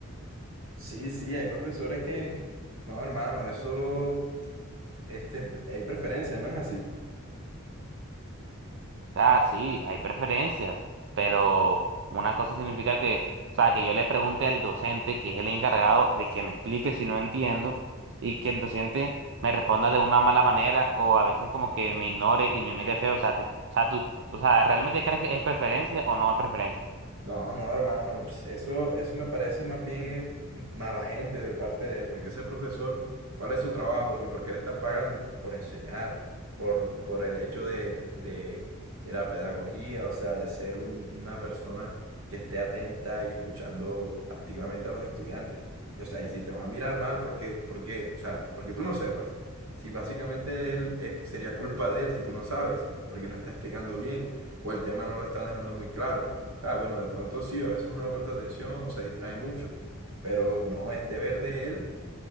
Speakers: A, on the right; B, on the right.
A: Sí, sí, hay profesores que, no, hermano, eso, este, hay preferencias, no es así.
B: ah sí, hay preferencias, pero una cosa significa que, o sea, que yo le pregunte al docente, que es el encargado, de que me explique si no entiendo, y que el docente me responda de una mala manera, o a veces como que me ignore y me mire feo, o sea, te- o sea, tú, o sea, ¿realmente crees que es preferencia o no es preferencia?
A: No, no, hermano, pues, eso, eso me parece más bien eh, mala gente de parte de él, porque ese profesor, ¿cuál es su trabajo y por qué le está pagando? Por enseñar, por, por el hecho de, de, de la pedagogía, o sea, de ser un- una persona que esté atenta y escuchando activamente a los estudiantes. Y, o sea, y si te va a mirar mal, ¿por qué? ¿Por qué? O sea, porque tú no sepas. Si básicamente él es- sería culpa de él si tú no sabes, porque no está explicando bien, o el tema no lo está dejando muy claro. Ah, bueno, de pronto sí, a veces uno no presta atención o se distrae mucho, pero no, es deber de él